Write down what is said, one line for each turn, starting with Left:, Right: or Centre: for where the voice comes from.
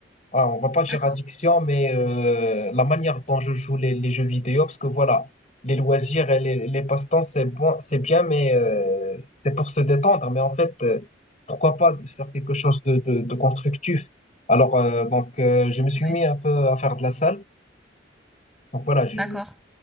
Left: ah, on va pas dire
Centre: d'accord.
Left: addiction, mais euh, la manière dont je joue les, les jeux vidéo, parce que voilà, les loisirs et les, les passe-temps, c'est bon, c'est bien, mais euh, c'est pour se détendre. Mais en fait, euh, pourquoi pas faire quelque chose de, de, de constructif? Alors, euh, donc, euh, je me suis
Centre: Ouais,
Left: mis un peu à faire de la salle. Donc voilà, je,
Centre: d'accord.